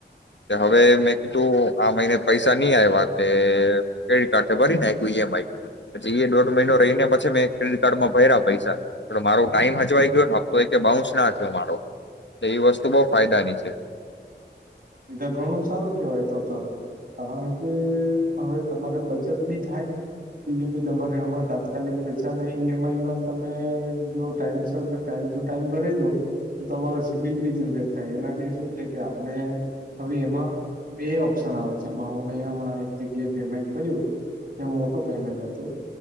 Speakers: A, on the left (about 80°); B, on the right (about 50°).
A: હવે મેં કીધું આ મહિને પૈસા ની આવ્યા તે ક્રેડિટ કાર્ડ થી ભરી નાખ્યા, ઈએમઆઈ પછી દોઢ મહિનો રહીને મે ક્રેડિટ કાર્ડમાં ભર્યા પૈસા મારો ટાઈમ હજુ હોઈ કે ન? તો એ બાઉન્સ ના થયો મારો. એ વસ્તુ બહુ ફાયદાની છે.
B: એ તો ઘણું સારું કેવાય, તો હતો કારણ કે હવે તમારે બચત બી થાય. બીજું કે તમારે આમાં તાત્કાલિક પૈસા ને ઈએમઆઈમાં તમે જો ટાઈમસર, ટાઈમ ટુ ટાઈમ ભરી દો તો તમારો સિબિલ બી જનરેટ થાય. એનાથી શું છે કે આપણે હવે એમાં બે ઓપ્શન આવે છે, હું મેં હમણાં એક જગ્યાએ પેમેન્ટ કર્યું. એ્યા મોટું પેમેન્ટ હતું.